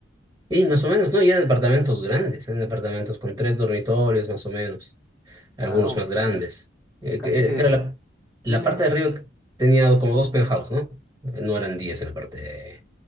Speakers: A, on the right; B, in the centre.
A: Y más o menos, ¿no? Y eran departamentos grandes, eran departamentos con tres dormitorios, más o menos, algunos
B: Ah, ok.
A: más grandes. Eh,
B: Casi
A: que-
B: que,
A: eh, que era
B: se-
A: la, la
B: dime,
A: parte
B: dime.
A: de arriba tenía como dos penthouse, ¿no? Eh, No eran diez en la parte,